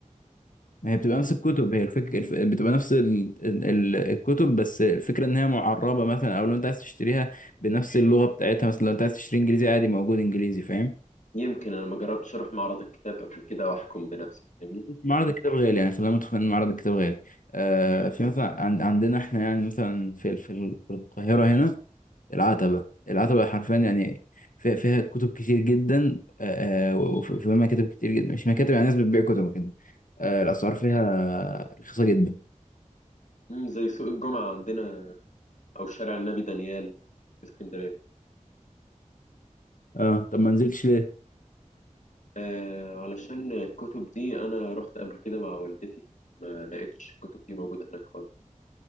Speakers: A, on the left; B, on the left.
A: ما هي بتبقى نفس
B: يعني
A: الكتب هي الفكرة الف... بتبقى نفس ال... ال... ال- الكتب بس الفكرة ان هي معربة مثلا او لو انت عايز تشتريها بنفس اللغة بتاعتها مثلا لو انت عايز تشتري انجليزي عادي موجود انجليزي فاهم
B: يمكن أنا ما جربتش أروح معرض الكتاب قبل كده وأحكم بنفسي فاهمني
A: معرض الكتاب غالي يعني خلينا متفقين ان معرض الكتاب غالي آه في مثلا عند... عندنا احنا يعني مثلا في في, في القاهرة هنا العتبة العتبة حرفيا يعني فيها, فيها كتب كتير جدا آه، آه، وف- وفيها مكاتب كتير جدا مش مكاتب يعني ناس بتبيع كتب كده آه،
B: مم.
A: الأسعار فيها رخيصة جدا
B: مم، زي سوق الجمعة عندنا أو شارع النبي دانيال في اسكندرية
A: اه طب ما نزلتش ليه؟
B: آه علشان الكتب دي أنا رحت قبل كده مع والدتي ما لقيتش الكتب دي موجودة هناك خالص